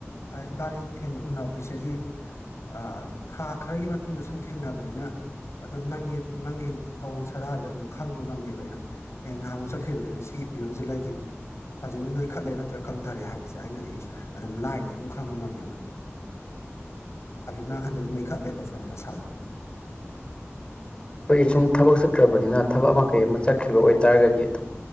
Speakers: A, on the left; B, on the left.
A: ꯏꯕꯥꯅꯤ ꯊꯦꯡꯅ ꯎꯅꯕꯁꯤꯗꯤ ꯑ ꯊꯥ ꯈꯔꯒꯤ ꯃꯇꯨꯡꯗ ꯁꯨꯝ ꯊꯦꯡꯅꯕꯅꯤꯅ ꯑꯗꯨꯝ ꯅꯪꯒꯤ ꯅꯪꯒꯤ ꯁꯑꯣꯡ ꯁꯥꯗꯥꯁꯦ ꯑꯗꯨꯝ ꯈꯪꯕ ꯉꯝꯃꯦꯕ ꯑꯩꯅ ꯑꯦ ꯅꯍꯥꯜꯃꯨꯛ ꯆꯠꯈꯤꯕꯗꯗꯤ ꯁꯤꯒꯤ ꯐꯤꯕꯝꯁꯤ ꯂꯩꯈꯤꯕꯅꯤ ꯍꯧꯖꯤꯛꯅ ꯅꯣꯏꯈꯠꯂꯦ ꯅꯠꯇ꯭ꯔꯒ ꯀꯪꯊꯔꯦ ꯍꯥꯏꯕꯁꯦ ꯑꯩꯅꯗꯤ ꯑꯗꯨꯝ ꯂꯥꯏꯅ ꯑꯗꯨꯝ ꯈꯪꯕ ꯉꯝꯃꯦꯕ ꯑꯗꯨ ꯅꯪ ꯍꯟꯗꯛ ꯅꯣꯏꯈꯠꯂꯦꯕ ꯈꯔ ꯅꯁꯥꯗꯣ
B: ꯑꯩꯈꯣꯏ ꯁꯨꯝ ꯊꯕꯛ ꯆꯠꯇ꯭ꯔꯕꯅꯤꯅ ꯊꯕꯛ ꯑꯃ ꯀꯩ ꯑꯃ ꯆ ꯆꯛꯈꯤꯕ ꯑꯣꯏꯇꯥꯔꯒꯗꯤ ꯑꯗꯨꯝ